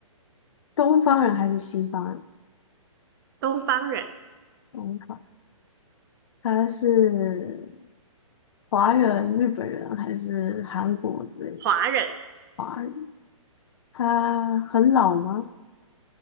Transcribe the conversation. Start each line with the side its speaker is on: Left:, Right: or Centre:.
Left: 东方人还是西方人？
Right: 东方人、
Left: 东方，他是华人、日本人还是韩国之类的
Right: 华人、
Left: 华人？他很老吗？